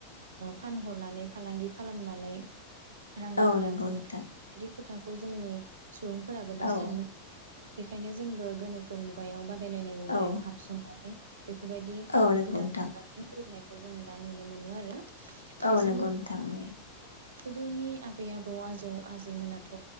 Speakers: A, on the right; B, on the left.
A: फानहरनानै फालांगि खालामनानै रां रुफा
B: औ नंगौ
A: बुथुम
B: नोंथां
A: बिदिथ खोथाखौ जोंनि सुबुंफोराबो दा
B: औ
A: साननो बेखायनो जोंबो गोनोखो मुगायाव बा बायलायनाय मुगायाव
B: औ
A: हाबसननानै बेफोरबायदि
B: औ नंगौ
A: गोदान
B: नोंथां
A: मुगासान गोरोबनायखौ बे खौ जों दा नुनो मोनो आरो।
B: औ
A: बेजों
B: नंगौ
A: लोगोसे
B: नो थांनि
A: गोदोनि आबै आबौ आजौ आजैमोनाथ'